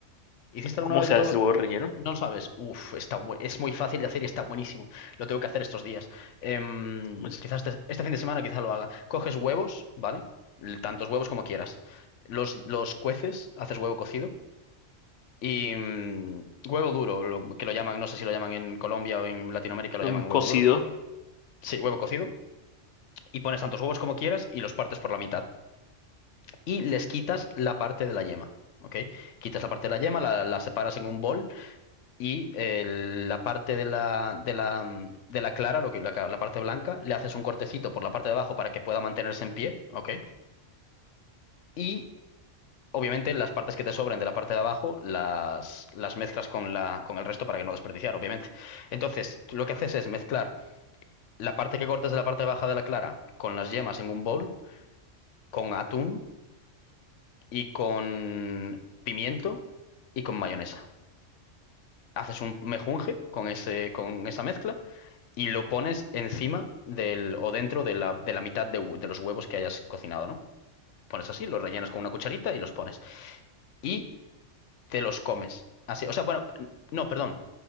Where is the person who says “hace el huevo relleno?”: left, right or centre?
Left